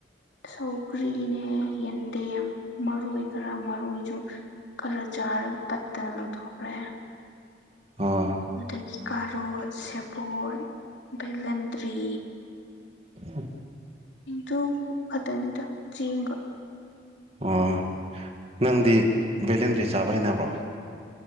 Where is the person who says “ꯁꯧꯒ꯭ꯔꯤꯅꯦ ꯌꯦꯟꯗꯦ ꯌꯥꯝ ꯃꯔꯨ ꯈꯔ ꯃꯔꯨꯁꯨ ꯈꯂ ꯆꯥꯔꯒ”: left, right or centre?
Left